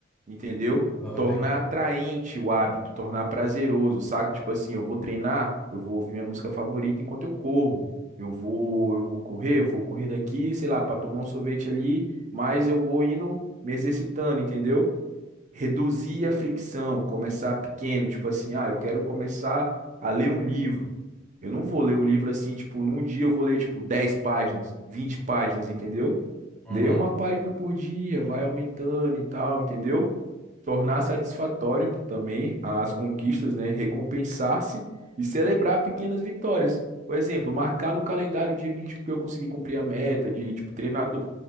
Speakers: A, on the right; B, in the centre.
A: entendeu?
B: Aham,
A: Tornar
B: peguei.
A: atraente o hábito, tornar prazeroso, saca? Tipo assim, eu vou treinar, eu vou ouvir minha música favorita enquanto eu corro. Eu vou, eu vou correr, eu vou correr daqui, sei lá, para tomar um sorvete ali, mas eu vou indo me exercitando, entendeu? Reduzir a fricção, começar pequeno, tipo assim, ah, eu quero começar a ler um livro. Eu não vou ler um livro assim, tipo, num dia eu vou ler, tipo, 10 páginas, 20 páginas, entendeu?
B: Aham,
A: Ler uma página por dia, vai aumentando e tal, entendeu? Tornar satisfatório também as conquistas, né? Recompensar-se e celebrar pequenas vitórias. Por exemplo, marcar no calendário o dia que a gente, que eu consegui cumprir a meta de, tipo, treinar to-